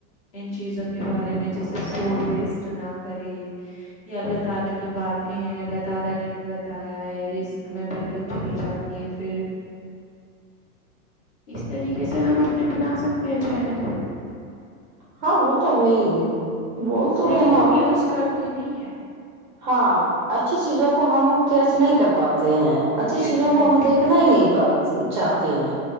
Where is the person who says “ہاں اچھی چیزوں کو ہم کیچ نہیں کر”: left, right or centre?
Right